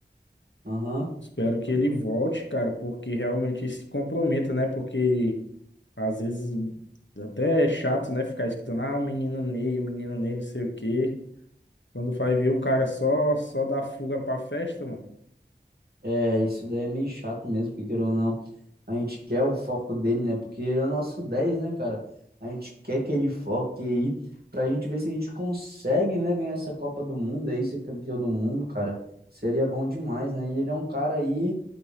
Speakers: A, on the right (about 60°); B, on the left (about 85°).
A: Aham.
B: Espero que
A: Pode.
B: ele volte, cara, porque realmente se comprometa, né? Porque às vezes até é chato, né, ficar escutando, ah, o menino Ney, o menino Ney, não sei o quê. Quando vai ver o cara só só dá fuga pra festa, mano.
A: É, isso daí é meio chato mesmo, porque querendo ou não, a gente quer o foco dele, né? Porque ele é o nosso dez né, cara? A gente quer que ele foque aí pra gente ver se a gente consegue, né, ganhar essa Copa do Mundo aí, ser campeão do mundo, cara. Seria bom demais, né? E ele é um cara aí